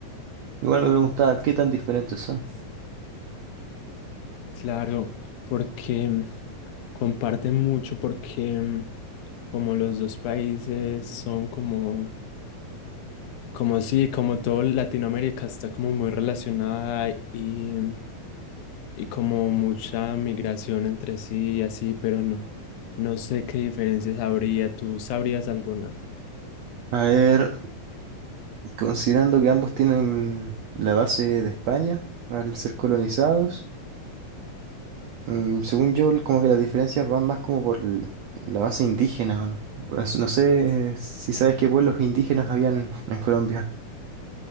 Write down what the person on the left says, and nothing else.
Claro, porque mm, comparten mucho, porque mm, como los dos países son como, como sí, como todo Latinoamérica está como muy relacionada y, mm, y como mucha migración entre sí y así, pero no, no sé qué diferencias habría, ¿tú sabrías alguna?